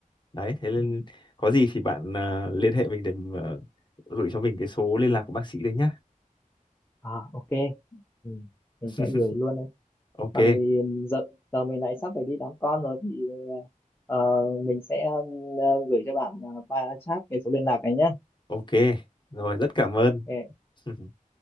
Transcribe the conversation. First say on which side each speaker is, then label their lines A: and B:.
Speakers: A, on the left; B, on the left.
A: đấy thế nên
B: Ừ.
A: có gì thì bạn ờ, liên hệ mình để ờ, gửi cho mình cái số liên lạc của bác sĩ đấy nhá
B: à ok ừ. mình sẽ
A: <laughs>
B: gửi luôn đấy
A: ok
B: còn thì um, giờ giờ mình lại sắp phải đi đón con rồi thì ờ, mình sẽ um, ờ, gửi cho bạn ờ, qua chat cái số liên lạc này nhé
A: ok rồi rất cảm ơn
B: Ok.
A: <laughs>